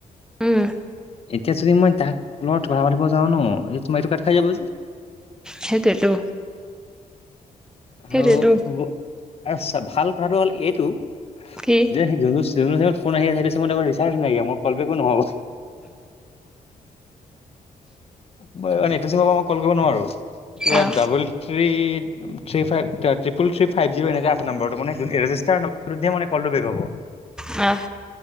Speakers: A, in the centre; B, on the left.
A: উম,
B: এতিয়া যদি মই তাক ফোনত কথা পাতিব যাওঁ ন এ তুমাৰ এইটো কাট খাই যাব যে।
A: সেইটোৱেতো।
B: আৰু
A: সেইটোৱেতো।
B: ব আৰু ভাল কথাটো হ'ল এইটো
A: কি?
B: যে সেই, ফোন আহি আছে মই ৰিচাৰ্ নাইকিয়া মই কল বেক ও নহব। মই এটো চিমৰ পৰা মই কল কৰিব নোৱাৰো কিবা
A: অ',
B: double, three three five triple three five zero এনেকে আছে নাম্বটো মানে ৰেজষ্টাৰ নাম্বাৰটো দিয়ে মানে কলটো বেক হ'ব।
A: আহ।